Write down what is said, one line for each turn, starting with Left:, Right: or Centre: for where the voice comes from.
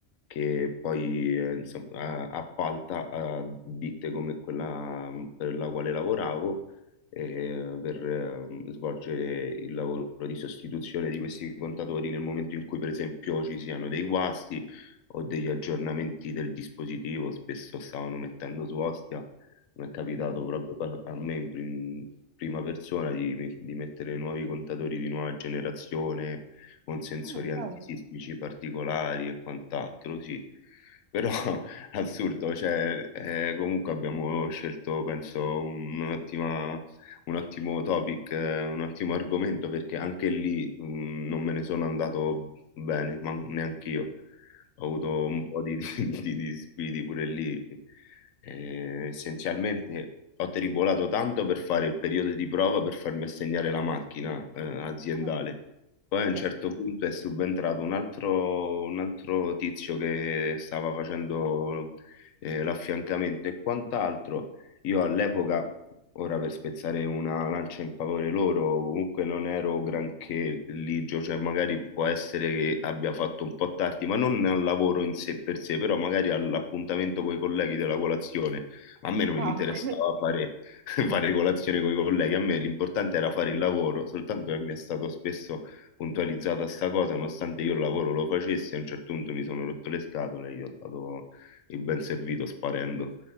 Left: che poi eh, insomma, eh, appalta a ditte come quella mh, per la quale lavoravo eh, per eh, svolgere il lavoro di sostituzione di questi contatori nel momento in cui per esempio ci siano dei guasti o degli aggiornamenti del dispositivo, spesso stavano mettendo su Ostia, mi è capitato
Right: mhm.
Left: proprio pa- a me in prim- prima persona di, me- di mettere nuovi contatori di nuova generazione con sensori
Right: Ah, cavolo.
Left: antisismici particolari e quant'altro, sì. Però <laughs> assurdo, cioè, eh, comunque abbiamo scelto, penso, un- un'ottima un ottimo topic, eh, un ottimo argomento perché anche lì mh, non me ne sono andato bene, ma neanche io ho avuto un po' di, di, <laughs> di disguidi pure lì. Eh, essenzialmente ho tribolato tanto per fare il periodo di prova per farmi assegnare la macchina, eh, aziendale.
Right: Ah,
Left: Poi a
Right: sì.
Left: un certo punto è subentrato un altro, un altro tizio che stava facendo eh, l'affiancamento e quant'altro. Io all'epoca, ora per spezzare una lancia in favore loro, comunque non ero granché ligio, cioè magari può essere che abbia fatto un po' tardi, ma non al lavoro in sé per sé, però magari all'appuntamento con i colleghi della colazione. A me non
Right: Ah,
Left: mi interessava
Right: <laughs>
Left: fare, <laughs> fare colazione con i colleghi, a me l'importante era fare il lavoro, soltanto che mi è stato spesso puntualizzata sta cosa, nonostante io il lavoro lo facessi, a un certo punto mi sono rotto le scatole e gli ho dato il ben servito sparendo